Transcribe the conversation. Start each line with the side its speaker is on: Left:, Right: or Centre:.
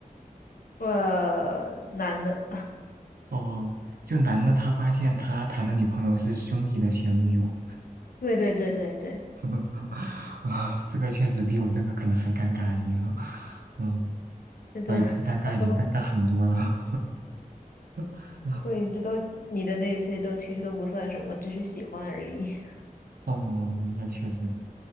Left: 呃，男的。
Right: <laughs> 哦，就男的他发现他谈的女朋友是兄弟的前女友，
Left: 对对对对对，
Right: <laughs> 啊，这个确实比我这个可能还尴尬一点，<laughs> 嗯。
Left: 这都
Right: 哦，也不是尴尬一点，
Left: <laughs> 这都，
Right: 尴尬很多了。<laughs>
Left: 所以这都你的那些都其实都不算什么，只是喜欢而已。<laughs>
Right: 哦，那确实。